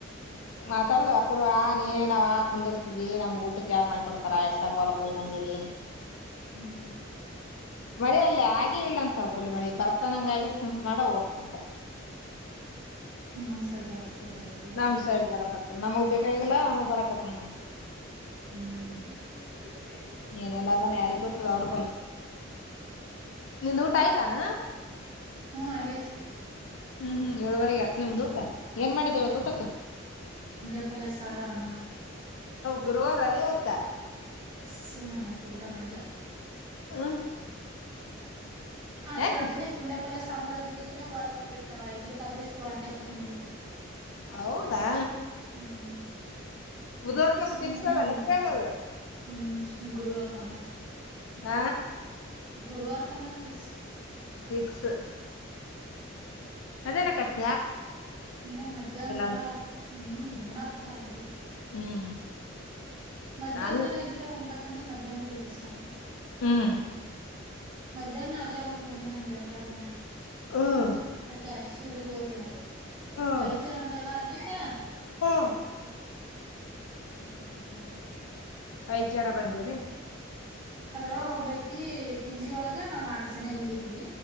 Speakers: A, on the left; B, on the right.
A: ಮಾತಾಡ್ದ ಅಪೂರ್ವ ನೀ ನಾವ ಕುಂದಿರ್ತಿದೀ ನಮ್ ಊಟಕ್ ಯಾರಾರ್ ಮಾಡ್ಕೊಡ್ತವಿ ರ ಎಡ್ ಸಾಕ ಹೊರಕ ಬಂದೀವಿ
B: ಹ್ಮ್
A: ಮಳೆ ಅಲ್ಲ ಹಾಗ ಹಾಗೆ ಇಲ್ಲ ಅಂತವ್ರರು ಬಿ ಮಾಡಿ ಬರ್ತಾನಂಗ ಆಂಪ ಮಾಡ ಹಓದ್ತಂತ
B: ನಾಮ್ಸ್ ಆಡ್ ಬರಕ ರಿದ್ರಿ ಯಾರ
A: ನಮ್ ಸೈಡ್
B: ಬೇಕಾಗಿತ್ತು
A: ಬರಕತ್ತ ನಮಗ್ ಬೇಕಾಗಿಲ್ಲ ನಮಗ್ ಬರಕತ್ ನೋಡ್
B: ಹ್ಮ್ <inaudible>
A: ಏನೆಲ್ಲ ಅದಾನ ಯಾರಿಗ್ ಗೊತ್ತದ ಅವ್ರ ಬಳಿ ನಿಂದು ಊಟ ಆಯ್ತಾನ
B: ಹ್ಮ್ ಆಗೇತಿ
A: ಹ್ಮ್ ಹ್ಮ್ ಏಳುವರೆಗೆ ನಿಮ್ದು ಊಟ ಏನ್ ಮಾಡಿದ್ದೇವತ್ತು ಊಟಕ್ಕೆ
B: ತಿಳಿಸಾರು ಅನ್ನ
A: ಗುರುವಾರ ಅದೇವತ್ತ
B: ಸುಮ್ಮನ್ಯಕ ಊಟ ಮಾಡಿಲ್ಲ
A: ಹ್ಮ್
B: ಆದ್ರ
A: ಯಾಕ
B: ಅದನ್ನೇ ಪುಂಡ್ಯಾಪಲ್ಲ್ಲ ಸಾಂಬಾರಾರ್ ಇದ್ದದಕನ ವಲ್ಕ್ ಬಿಟ್ಟ ನಾವ ಇರ್ಲಿಕ್ ಅದು ಇಷ್ಟು ವಾಂತಿ ಹಕೋತ್ ನಿಂದಿರ್ತು
A: ಹೌದಾ
B: ಹ್ಮ್
A: ಬುಧವಾರ್ಕಿಕ್ಸ್
B: ಸುಮ್ಮಿನ
A: ಆಲ್ಲ
B: ಒಂದ್ ಹೊತ್ತಿ
A: ಅ
B: ಹ್ಮ್ ಗುರುವಾರ ಕನೆ
A: ಹ
B: ಗುರುವಾರಕ ಒಲಿಂಪಿಕ್ಸ್
A: ಪಿಕ್ಸ್
B: ಹ್ಮ
A: ಅದೇನ ಕತ್ತ
B: ಇನ್ನು ಮಧ್ಯಾಹ್ನದರ
A: ಅಂತ
B: ಹ್ಮ್ ಉಣಾಕತ್ತಾರಲ್ರು
A: ಹ್ಮ್
B: ಮಧ್ಯಾಹ್ರ
A: ನಾನು
B: ಇದ್ರೆ ಉಣ್ಬೇಕಂದ್ರೆ ಮಧ್ಯಾಹ್ರ ಇಲ್ಲ ಸಾರ್
A: ಹ್ಮ್
B: ಮಧ್ಯಾಹ್ನ ಅಲ್ಲೇ ಒಂಡ್ ಬಂದೀ ನನ್ಗೆಳ್ತಾರೊನ್ನೆ
A: ಹ್ಮ್
B: ಯಾಕೆಸ ಊರಿಗೆಗ್ ಹೋದ್ಲಿವತ್
A: ಹ್ಮ್
B: ನಾ ಐದ್ ಜನ ಮಂದವಲ್ಲ ಅಲ್ಲಿಂತ
A: ಹ್ಮ್
B: ಜರ ಮ
A: ಐದ್ ಜನ ಬಂದಿರಿ
B: ಅದ್ರೊಳಗೆ ಒಗ್ಬೇಕಿ ಪಿ ಜಿ ಒಳಗ ನಾನ್ ನಾಲ್ ಜನ ಇಲ್ಲಿದ್ವಿ